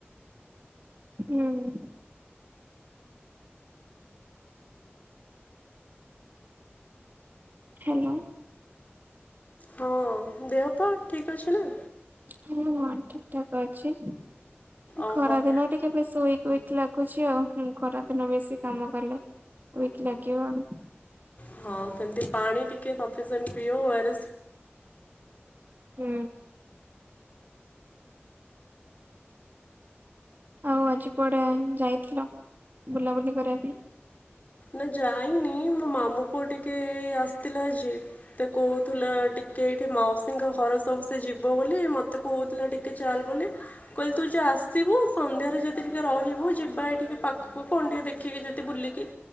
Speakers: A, on the right (about 45°); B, on the left (about 35°).
A: ହୁଁ। ହାଲୋ।
B: ହଁ ଦେହ ପାହା ଠିକ୍ ଅଛି ନା?
A: ହଁ ହଁ ଠିକ ଠାକ ଅଛି
B: ଓହୋ
A: ଖରା ଦିନ ଟି କେବେ ଶୋଇକି ୱିକ ଲାଗୁଛି ଆଉ ହୁଁ ଖରା ଦିନ ବେଶୀ କାମ କଲେ। ୱିକ ଲାଗିିବ।
B: ହଁ ସେମିତି ପାଣି ଟିକେ ସଫିସିଣ୍ଟ ପିଅ ଓ ଆର୍ ଏସ
A: ହୁଁ। ଆଉ ଆଜି କୁଆଡ଼େ ଯାଇଥିଲ ବୁଲାବୁଲି କରିବା ପାଇଁ?
B: ନା ଯାଇନି ମୋ ମାମୁଁ ପୁଅ ଟିକେ ଆସିଥିଲା ଯେ ତେ କହୁଥିଲ ଟିକେ ଏଇଠି ମାଉସୀଙ୍କ ଘର ସବୁ ସେ ଯିବ ବୋଲି ମତେ କହୁଥିଲା ଟିକେ ଚାଲ ବୋଲି। କହିଲି ତୁ ଯା ଆସିବୁ ସନ୍ଧ୍ୟାରେ ଯଦି ଟିକେ ରହିବୁ ଯିବା ଏ ଟିକେ ପାଖକୁ କଣ ଟିକେ ଦେ ଖିକି ଯେତେ ବୁଲିକି।